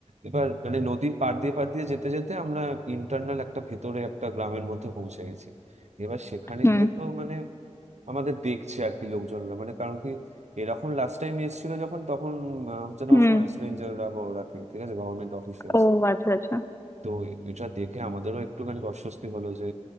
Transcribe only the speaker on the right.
এবার মানে নদীর পাড় দিয়ে পাড় দিয়ে যেতে যেতে আমরা ইন্টারনাল একটা ভেতরে একটা গ্রামের মধ্যে পৌঁছে গেছি এবার সেখানে
গিয়ে তো মানে আমাদের দেখছে আর কি লোকজনরা মানে কারণ কি এরকম লাস্ট টাইম এসেছিল যখন তখন আহ, হচ্ছে তোমার
ফরেস্ট রেঞ্জাররা বা ওরা কেউ ঠিক আছে গভর্নমেন্ট অফিসিয়ালস
তো এটা দেখে আমাদেরও একটুখানি অস্বস্তি হলো যে